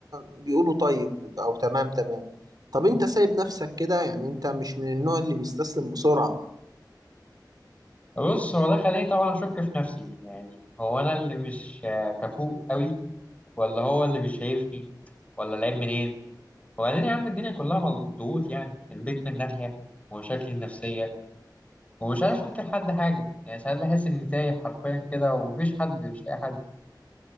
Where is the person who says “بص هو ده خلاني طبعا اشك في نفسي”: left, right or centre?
Left